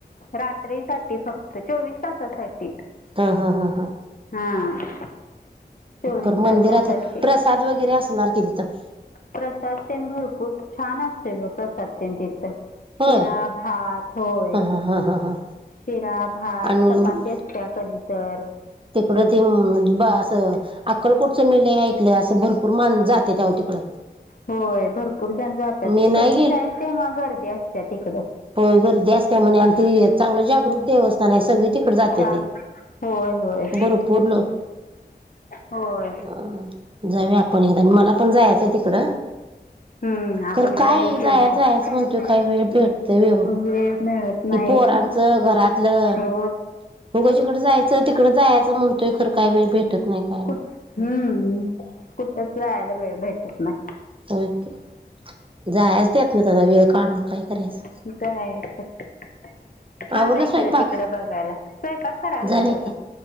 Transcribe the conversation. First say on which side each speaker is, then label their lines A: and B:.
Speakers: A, on the left; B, on the right.
A: रात्री साठी फक्त चोवीस तासासाठी.
B: हा हा हा हा.
A: हा. चोवीस
B: कर
A: तासासाठी
B: मंदिरात प्रसाद वगैरे असणार कि तिथं?
A: प्रसाद तेन भरपूर छान असतोय प्रसाद तेन तिथं
B: होय
A: शिरा, भात होय
B: हा हा हा हा हा.
A: शिरा, भात,
B: आणि
A: चपाती असत्या कधी तर.
B: तिकडं ते ब असं अक्कलकोटचं मी लय ऐकलंय असं भरपूर मान जात्याती आव तिकडं.
A: होय भरपूर जण जात्यात.
B: मी नाही
A: कधी जायल तेव्हा गर्दी अस त्या तिकडं.
B: हो गर्दी असत्या म्हणे आणि ते चांगल जागृत देवस्थान आहे सगळी तिक कड जात्याती,
A: चा होय होय
B: भरपूर लोक
A: होय
B: अ जाऊ आपण याला मला पण जायाच आहे तिकड.
A: हम्म आपण
B: खरं काय,
A: जर एक
B: जायाच
A: एकदा
B: जायाच म्हणतोय काय वेळ भेटतोय व्हय ओ.
A: वेळ मिळत नाही,
B: ही पोरांचं घरातलं
A: हो
B: उगच इकड जायच, तिकड जायाच म्हणतोय खर काय वेळ भेटत नाही काय नाय.
A: कुठ हम्म, कुठच जायाला वेळ भेटत नाय.
B: होय की, जायाच त्यातनच आता वेळ काढून काय करायचं.
A: मग काय <inaudible> छान
B: आवरला
A: आहे
B: स्वयंपाक?
A: खरं तिकड बघायला, स्वयंपाक करालोय
B: जाऊया
A: बघा.
B: की